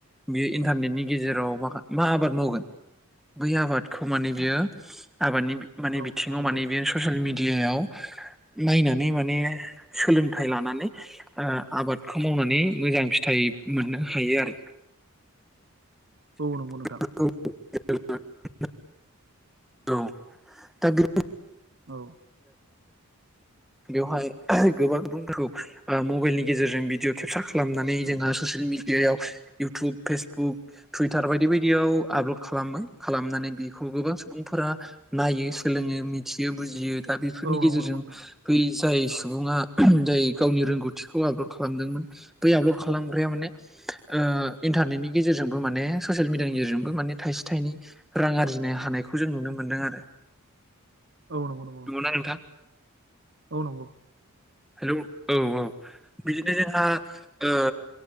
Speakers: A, in the centre; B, on the right (about 55°).
A: बेयो इन्टारनेटनि गेजेराव मा आबाद मावगोन? बै आबादखौ माने बियो आबादनि माने
B: औ
A: बिथिङाव
B: नंगौ नंगौ
A: माने बियो ससियेल मिडिया मिडियायाव। नायनानै माने सोलोंथाइ लानानै आबादखौ मावनानै मोजां फिथाइ मोननो हायो आरो।
B: औ
A: <unintelligible>
B: नंगौ नोंथां
A: औ दा बे
B: औ <unintelligible>
A: बेवहाय गोबां सुबुंफोरखौ ओ मबाइलनि गेजेरजों भिडिअ' केपसार खालामनानै जोङो स ससियेल मिडियायाव इउटुब फेसबुक टुइटार बायदि बायदियाव आपलड खालामो खालामनानै बिखौबो सुबुंफोरा नायो सोलोङो मिथियो बुजियो दा बेफोरनि
B: औ
A: गेजेरजों
B: नंगौ नंगौ नोंथां
A: बै जाय सुबुङा जाय गावनि रोंगौथिखौ आपलड खालामदोंमोन बै आपलड खालामग्राया माने ओ इन्टारनेटनि गेजेरजोंबो माने ससियेल मिडियानि गेजेरजोंबो माने थाइसे थाइनै रां आरजिनो हानाय खौ जों नुनो मोनदों आरो
B: औ नंगौ नंगौ
A: नंगौना नोंथां।
B: औ नंगौ।
A: हेल' औ औ बिदिनो जोंहा ओ